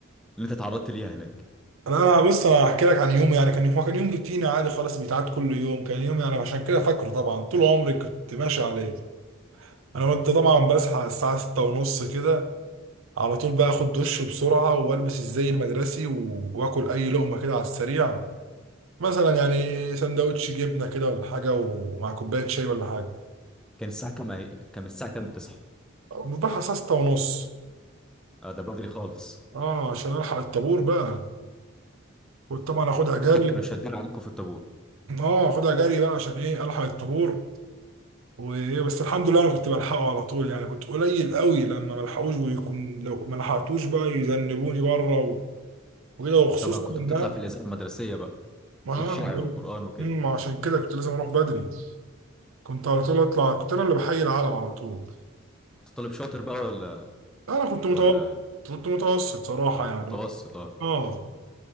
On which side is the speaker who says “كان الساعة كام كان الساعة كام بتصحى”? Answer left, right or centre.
Centre